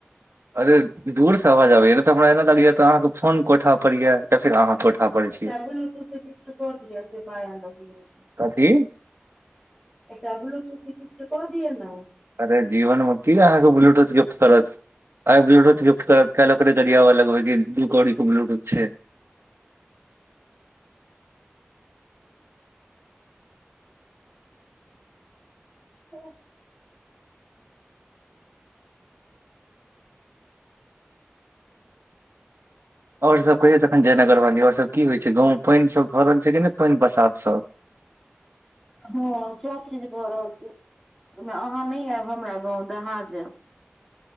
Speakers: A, on the right; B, in the centre.
A: अरे दूर से आबाज आबैया तऽ हमरा एना लगै तऽ अहाँ के फोन कोठा पर ये या फिर अहाॅं कोठा पर छियै
B: एकटा बुलुटूथ गिफ्ट द दियऽ जे माया लगै
A: की
B: एकटा बुलूटुथ गिफ्ट कऽ दिय न
A: अरे जीवनमे की अहाँके ब्लूटूथ गिफ्ट करत आइ ब्लूटूथ गिफ्ट करत काल्हिओकरे गरियाब लगबे की दू कौड़ी क ब्लूटूथ छै
B: ओ <unintelligible>
A: आओर सब कहियौ तखन जयनगर वाली आओर सब की होइ छै गाँव मे पानि सब भर रहल छै कि नहि पानि बसात सब
B: हँ सब चीज भऽ रहल छै ओहिमे अहाँ नहि आयब हमरा गाँंव दहा जायब